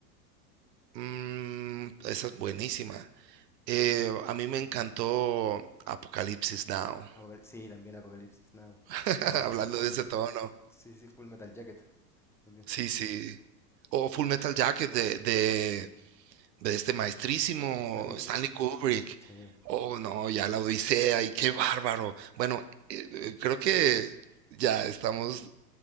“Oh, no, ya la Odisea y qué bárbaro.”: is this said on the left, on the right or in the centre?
Right